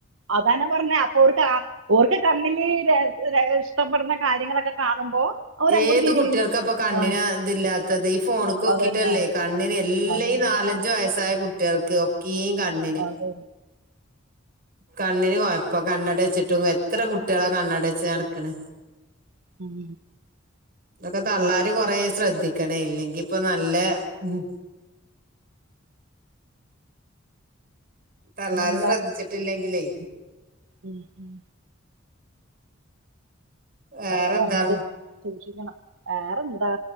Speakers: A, on the right (about 85°); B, on the right (about 50°).
A: അതാ ഞാൻ പറഞ്ഞെ അപ്പൊ ഓർക്ക് ഓർക്ക് കണ്ണില് ഇഷ്ടപ്പെട്ന്ന കാര്യങ്ങളൊക്കെ കാണുമ്പോ അവരങ്ങോട്ട്
B: ഏത്
A: തിരിയും
B: കുട്ട്യേൾക്കാപ്പൊ കണ്ണിന്
A: ആ
B: ഇതില്ലാത്തത് ഈ ഫോണ്ക്കോക്കീട്ടല്ലേ
A: അതന്നെ
B: കണ്ണിന് എല്ല
A: അതന്നെ
B: ഈ നാലഞ്ചു വയസായ കുട്ട്യേൾക്ക് ഒക്കെയീം കണ്ണ്ന്
A: അത്
B: കണ്ണിന് കൊയപ്പം, കണ്ണടെച്ചിട്ടും എത്ര കുട്ട്യേളാ കണ്ണടെച്ച് നടക്ക്ണ്.
A: ഉം.
B: ഇതൊക്കെ തള്ളാര് കൊറേ ശ്രദ്ധിക്കണേ ഇല്ലെങ്കീപ്പൊ നല്ലെ ഉം. തള്ളാരും
A: പിന്നെന്താ
B: ശ്രദ്ധിച്ചിട്ടില്ലെങ്കിലേ
A: ഉം ഉം.
B: വേറെന്താ
A: അതാ പറഞ്ഞത് സൂക്ഷിക്കണം, വേറെന്താ?